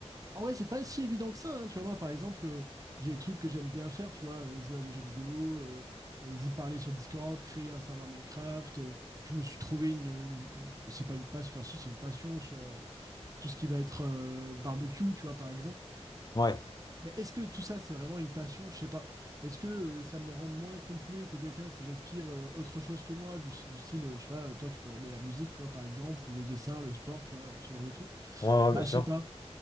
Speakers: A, on the right; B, on the left.
A: en vrai, c'est pas si évident que ça. hein. Tu vois, moi, par exemple, euh, j'ai des trucs que j'aime bien faire, tu vois, euh, jouer à des jeux vidéo, euh, euh, vous parler sur Discord, créer un serveur Minecraft. euh, je me suis trouvé une, une- c'est pas une passion, enfin si, c'est une passion sur euh, tout ce qui va être euh, barbecue, tu vois, par exemple.
B: Ouais.
A: Mais est-ce que tout ça, c'est vraiment une passion? Je sais pas. Est-ce que euh, ça me rend moins complet que quelqu'un qui respire euh, autre chose que moi, du, du style, euh, je sais pas, euh, toi, tu pourrais aimer la musique, tu vois, par exemple, ou le dessin, le sport, tu vois, ce genre de truc.
B: Ouais, ouais,
A: Bah,
B: bien sûr.
A: je sais pas.